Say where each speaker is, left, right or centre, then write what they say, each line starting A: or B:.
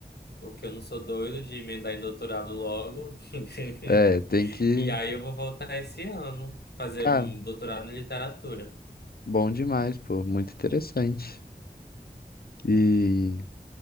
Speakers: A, on the left; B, on the left.
A: Porque eu não sou doido de emendar em doutorado logo. <laughs>
B: É, tem que.
A: E aí eu vou voltar esse ano, fazer
B: Cara,
A: hum, doutorado em literatura.
B: bom demais, pô. Muito interessante. E